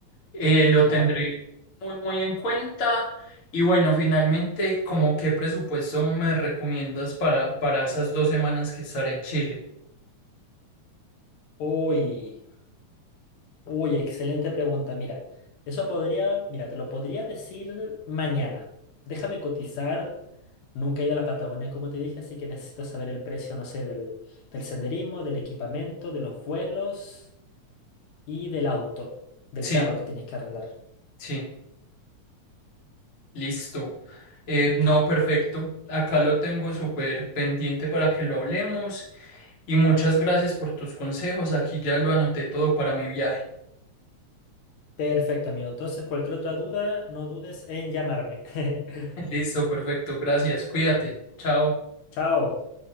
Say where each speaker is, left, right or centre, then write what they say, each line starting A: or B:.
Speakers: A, on the left; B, on the left.
A: Eh, lo
B: claro,
A: tendré muy, muy en cuenta. Y bueno, finalmente, ¿como qué presupuesto me recomiendas para, para esas dos semanas que estaré en Chile?
B: uy. Uy, excelente pregunta. Mira, eso podría, mira, te lo podría decir mañana. Déjame cotizar. Nunca he ido a la Patagonia, como te dije, así que necesito saber el precio, no sé, del, del senderismo, del equipamiento, de los vuelos y del auto, del
A: Sí,
B: carro que tienes que arrendar.
A: sí. Listo. Eh, no, perfecto. Acá lo tengo súper pendiente para que lo hablemos y muchas gracias por tus consejos. Aquí ya lo anoté todo para mi viaje.
B: Perfecto, amigo. Entonces, cualquier otra duda, no dudes en llamarme. <laughs>
A: <laughs> Listo, perfecto. Gracias. Cuídate. Chao.
B: Chao.